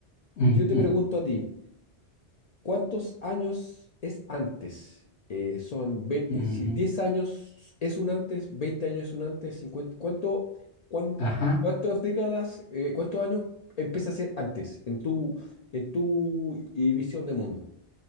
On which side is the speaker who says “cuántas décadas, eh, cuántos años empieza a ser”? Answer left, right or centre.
Left